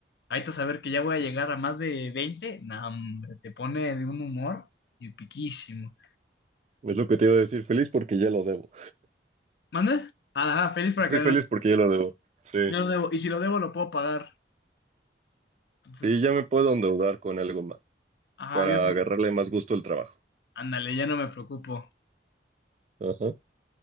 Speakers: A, on the left; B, on the right.
A: ahorita saber que ya voy a llegar a más de 20, no, hombre, te pone de un humor y piquísimo.
B: Es lo que te iba a decir, feliz porque ya lo debo.
A: ¿Manda? Ajá, feliz para
B: Estoy
A: que no,
B: feliz porque ya lo debo. Sí.
A: no lo debo, y si lo debo lo puedo pagar. Entonces,
B: Sí, ya me puedo endeudar con algo más,
A: ajá,
B: para
A: ya no,
B: agarrarle más gusto al trabajo.
A: ándale, ya no me preocupo.
B: Ajá.